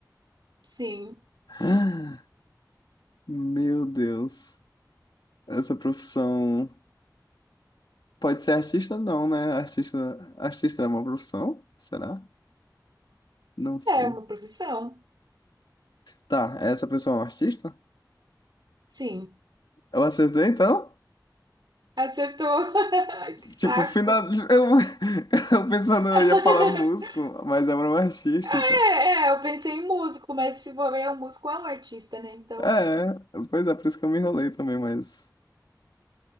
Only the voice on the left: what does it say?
<gasps> Meu Deus. Essa profissão pode ser artista? Não, né? Artista, artista é uma profissão? Será? Não sei.
Tá, essa pessoa é um artista?
Eu acertei então?
Tipo, final... <laughs> eu, eu pensando eu
ia falar músico, mas é um artista,
então.
É, pois é, por isso que eu me enrolei também, mas